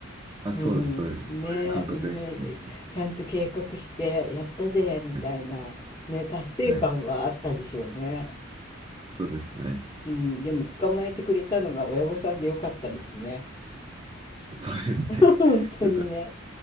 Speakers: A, on the right; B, on the left.
A: あ、そうです、
B: うん、
A: そうです。
B: ねえ、
A: そういう感覚でした。
B: ねえ、
A: 本当
B: ちゃんと計画してやったぜみたいな、
A: にね。
B: ね、達成感はあったでしょうね。
A: はい。そうですね。
B: うん、でも捕まえてくれたのが親御さんでよかったですね。
A: そうですね。
B: <laughs> 本当にね。
A: <laughs> よかっ